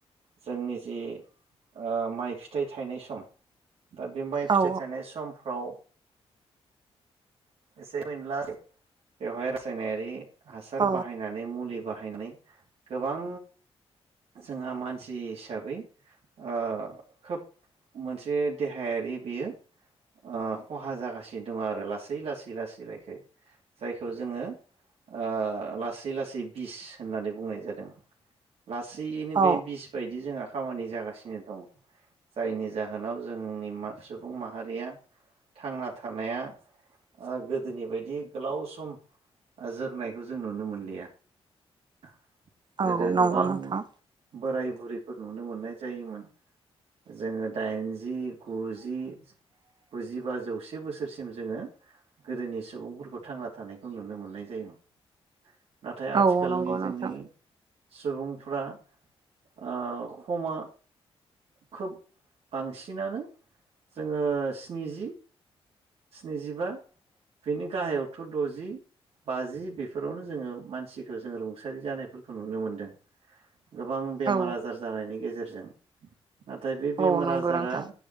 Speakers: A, on the right; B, on the right.
A: जोंनि जि ओ माइ फिथाइ थायनाय सम दा बे माइ फिथाइ
B: औ
A: थायनाय समफ्राव एसे एनला बेहाय रासायनारि हासार
B: औ
A: बाहायनानै मुलि बाहायनै गोबां जोंहा मानसि हिसाबै ओ खोब मोनसे देहायारि बेयो ओ खहा जागासिनो दंङ आरो लासै लासै लासै लाखै जायखौ जोंङो ओ लासै लासै बिस होननानै बुंनाय जादों। लासैनो
B: औ
A: बे बिस बायदि जोंहा खामानि जागासिनो दं जायनि जाहोनाव जोंनि मान सुबुं माहारिया थांना थानाया ओ गोदोनि बायदि गोलाव सम जोरनायखौ जों नुनो मोनलिया। <unintelligible> गोदो
B: औ नंगौ
A: गोबां
B: नोंथां
A: बोराय बुरै फोर नुनो मोननाय जायोमोन। जोङो दाइनजि गुजि गुजिबा जौसे बोसोरसिम जोङो गोदोनि सुबुंफोरखौ थांना थानायखौ नुनो मोननाय जायोमोन। नाथाय आथि
B: औ
A: खालनि
B: नंगौ नोंथां
A: जोंनि सुबुंफ्रा ओ खमा खोब बांसिनानो जोङो स्निजि। स्निजिबा बेनि गाहायावथ' द'जि बाजि बेफोरावनो जोङो मानसिखौ जों रुंसारि जानायफोरखौ नुनो मोनदों। गोबां बेमार
B: औ
A: आजार जानायनि गेजेरजों जों। नाथाय बे बेमार
B: औ नंगौ
A: आजारा
B: नोंथां